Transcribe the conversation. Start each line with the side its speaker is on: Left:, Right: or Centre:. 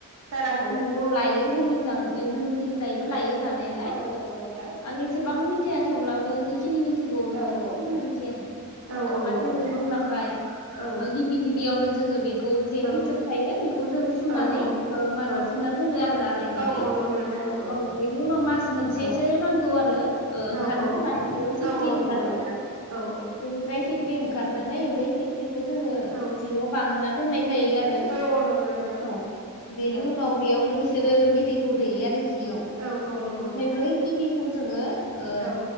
Right: जानांगौ
Left: नंगौ लायो जोंनि जोंनिथिंजायैबो लायो लानाया लाय
Right: औ औ नंगौ नोंथां
Left: आं एसे गोबां मिथिया थेवब्लाबो जि खिनि मिथिगौ नोंथांनो
Right: औ औ
Left: फोरमायनोसै आरो
Right: औ
Left: नोंथाङा
Right: औ नंगौ
Left: जेरै
Right: नोंथां
Left: बुंलांबाय
Right: औ
Left: गिबि गिबियावनो जोङो खौ जे
Right: औ
Left: फिथोब थायो बेखौ जों सुनानै
Right: औ
Left: ओ माला
Right: औ
Left: सुना दोनो आरो आलायनानै
Right: औ औ नंगौ नोंथां नंगौ
Left: औ बेनि उनाव मास मोनसेसो
Right: औ
Left: नांगौ आरो ओ ओंखारनो
Right: औ औ
Left: थाखाय बेयाव सिख्रि
Right: औ औ
Left: ओंखारो
Right: नंगौ नोंथां औ औ
Left: बेनिफ्राय। <unintelligible> ओंखारनानै बै सिख्रिखौ जोङो
Right: औ
Left: जियाव बाहोना दोननाय जायो आरो
Right: औ औ नंगौ नोंथां
Left: औ। बेनि
Right: औ
Left: उनाव बे। बेयावनो बिसोरो बिदैखौ दैयो आरो। जियाव
Right: औ औ नंगौ
Left: ओमफ्राय
Right: नोंथां
Left: बै बिदिखौ जोङो ओ
Right: औ